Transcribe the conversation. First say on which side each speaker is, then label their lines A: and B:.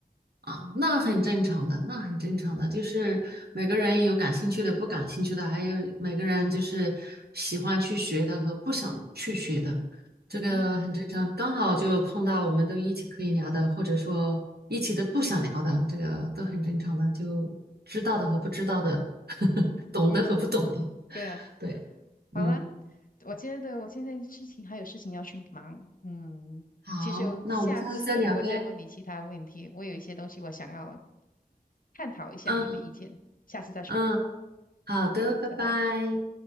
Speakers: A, on the right; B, on the left.
A: 啊，那很正常的，那很正常的，就是每个人有感兴趣的，不感兴趣的，还有每个人就是喜欢去学的和不想去学的，这个很正常。
B: 嗯哼，
A: 刚好就碰到我们都一起可以聊的，或者说一起都不想聊的，这个都很正常的，就知道的和不知道的，<laughs> 懂的和不懂的，
B: 嗯，对啊。
A: 对，
B: 好啦，
A: 嗯，
B: 我觉得我现在事情还有事情要去忙，嗯，
A: 好，
B: 其实我下次我再问你其他问题，
A: 那我们下次再聊呗，
B: 我有一些东西我想要探讨一下你的意见，
A: 嗯
B: 下次再说，
A: 嗯，好的，
B: 嗯，
A: 拜拜。
B: 拜拜。